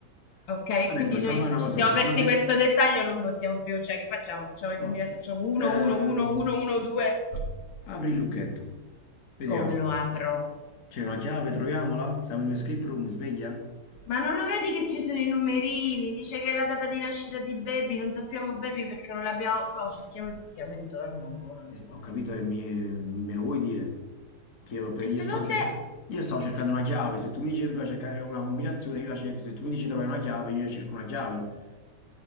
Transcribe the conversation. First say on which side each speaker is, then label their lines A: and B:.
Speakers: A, on the left; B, on the left.
A: Ok,
B: Vabbè,
A: quindi
B: possiamo
A: noi
B: fare
A: se
B: una
A: ci
B: cosa:
A: siamo
B: possiamo
A: persi
B: aprire.
A: questo dettaglio, non possiamo più, cioè che facciamo? Facciamo le
B: No.
A: combinazioni, facciamo 1,
B: Eh,
A: 1, 1, 1, 1, 2.
B: apri il lucchetto, vediamo.
A: Come lo apro?
B: C'è una chiave, troviamola. Siamo in un escape room, sveglia.
A: Ma non lo vedi che ci sono i numerini? Dice che è la data di nascita di Baby, non sappiamo Baby perché non l'abbiamo... Poi cerchiamo, cerchiamo intorno, boh, non
B: Sì,
A: lo so.
B: Ho
A: io.
B: capito e mi- me lo vuoi dire? Che io, per-
A: E
B: io
A: te
B: stavo
A: l'ho
B: cerca-
A: detto...
B: io stavo cercando una chiave, se tu mi dici che dobbiamo cercare una combinazione, io la cerco, se tu mi dici trovare una chiave, io cerco una chiave.